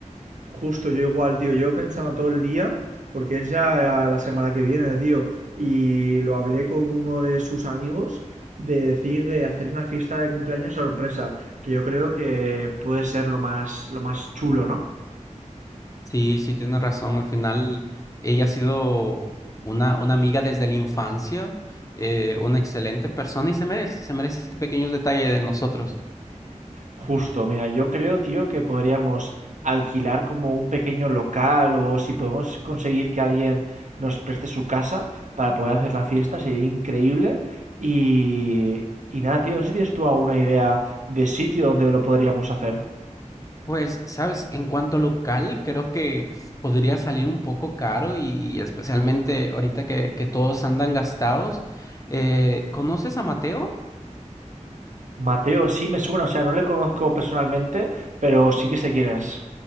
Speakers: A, on the right (about 70°); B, on the left (about 25°).
A: Justo, yo igual, tío, yo pensando todo el día, porque es ya la semana que viene, tío, y lo hablé con uno de sus amigos de decir de hacer una fiesta de cumpleaños sorpresa, que yo creo que puede ser lo más, lo más chulo, ¿no?
B: Sí, sí, tienes razón. Al final, ella ha sido una, una amiga desde la infancia, eh, una excelente persona y se merece, se merece este pequeño detalle de nosotros.
A: Justo, mira, yo creo, tío, que podríamos alquilar como un pequeño local o si podemos conseguir que alguien nos preste su casa para poder hacer la fiesta, sería increíble. Y, y nada, tío, no sé si tienes tú alguna idea de sitio donde lo podríamos hacer.
B: Pues, sabes, en cuanto local, creo que s- podría salir un poco caro y especialmente ahorita que, que todos andan gastados. Eh, ¿conoces a Mateo?
A: Mateo, sí me suena, o sea, no le conozco personalmente, pero sí que sé quién es.